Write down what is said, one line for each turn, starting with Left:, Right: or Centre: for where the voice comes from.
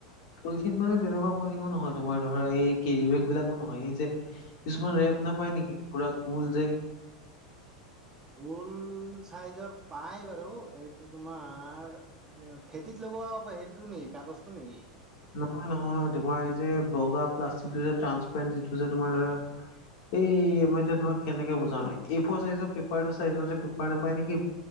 Left: পলিথিন মানে তেনেকুৱা পলিথিনো নহয, তোমাৰ ধৰা এই কেৰিবেগ বিলাকো নহয় এই যে কিছুমান ৰেপ নাপায় নেকি পুৰা গোল যে।
Right: গোল চাইজৰ পাই বাৰু এইটো তোমাৰ খেতিত লগোৱা হেৰিতো নেকি কাগজটো নেকি?
Left: নহয় নহয়, তোমাৰ এই যে বগা প্লাষ্টিক যে ট্ৰান্সপাৰেণ্ট যিটো যে তোমাৰ ধৰা এই মই এয়া তোমাক কেনেকে বুজাওঁ, এই ফৰ চাইজৰ পেপাৰটো চাইজৰ যে পেপাৰ নাপায় নেকি?